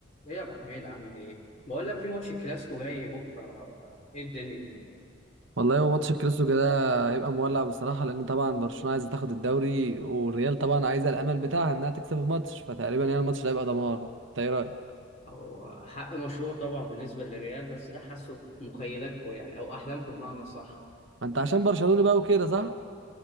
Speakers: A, on the left; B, on the right.
A: ايه يا ابو حميد عامل ايه؟ بقول لك في ماتش كلاسيكو جاي بكره ايه الدنيا؟
B: والله هو ماتش الكلاسيكو ده هيبقى مولع بصراحة لأن طبعا برشلونة عايزة تاخد الدوري والريال طبعا عايزة الأمل بتاعها إنها تكسب الماتش فتقريبا يعني الماتش ده هيبقى دمار أنت إيه رأيك؟
A: او حق مشروع طبعا بالنسبه للريال بس ده حاسه في مخيلاتكم يعني او احلامكم بمعنى صح.
B: ما أنت عشان برشلونة بقى وكده صح؟